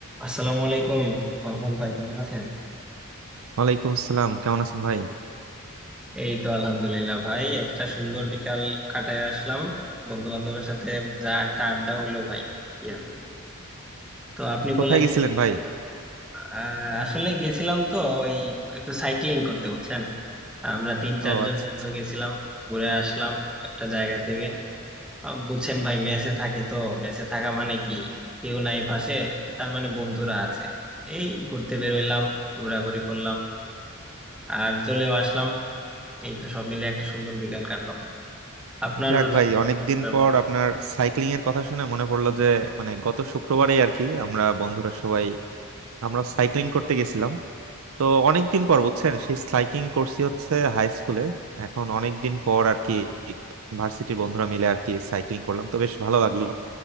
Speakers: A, in the centre; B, on the right.
A: আসসালামু আলাইকুম আহমদ ভাই কেমন আছেন
B: ওয়ালাইকুম আসসালাম কেমন আছেন ভাই
A: এই তো আলহামদুলিল্লাহ ভাই একটা সুন্দর বিকাল কাটায় আসলাম বন্ধু বান্ধবের সাথে যা একটা আড্ডা হইলো ভাই কি আর বলবো তো আপনি
B: কোথায়
A: বলেন
B: গেছিলেন ভাই
A: আহ, আসলে গেছিলাম তো ওই একটু সাইক্লিং করতে বুঝছেন আমরা তিন চারজন
B: ও আচ্ছা
A: বন্ধু
B: আচ্ছা।
A: গেছিলাম ঘুরে আসলাম একটা জায়গা থেকে আহ, বুঝছেন ভাই মেসে থাকি তো মেসে থাকা মানে কি কেউ নাই পাশে তার মানে বন্ধুরা আছে এই ঘুরতে বেরোইলাম ঘোরাঘুরি করলাম আর চলেও আসলাম এই তো সব মিলে একটা সুন্দর বিকাল কাটলো আপনার
B: যাক ভাই অনেকদিন
A: আরে
B: পর
A: বলেন
B: আপনার সাইক্লিং এর কথা শুনে মনে পড়লো যে মানে গত শুক্রবারে আর কি আমরা বন্ধুরা সবাই আমরা সাইক্লিং করতে গেছিলাম তো অনেকদিন পর বুঝছেন সেই সাইক্লিং করছি হচ্ছে হাই স্কুলে এখন অনেকদিন পর আর কি ভার্সিটির বন্ধুরা মিলে আর কি সাইক্লিং করলাম তো বেশ ভালো লাগলো